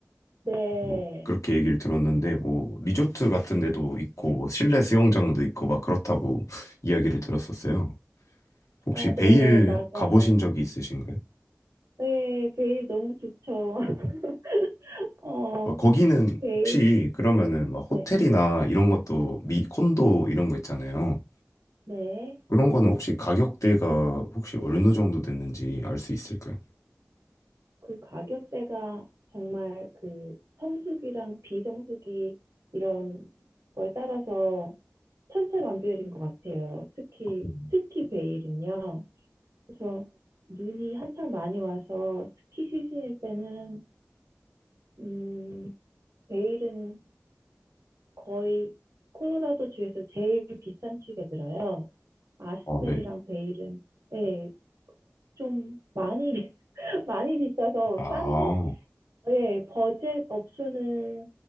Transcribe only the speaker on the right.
네.
아,
네, 맞아요.
네, 베일 너무 좋죠. <laughs> 어,
베일.
네.
네.
그 가격대가 정말 그 성수기랑 비성수기 이런 거에 따라서 천차만별인 것 같아요. 특히
특히 베일은요. 그래서 눈이 한창 많이 와서 스키 시즌일 때는 음, 베일은 거의 콜로라도 주에서 제일 비싼 축에 들어요. 아스펜이랑
베일은 예, 좀 많이 비- <laughs> 많이 비싸서
싼 예, 버젯 옵션을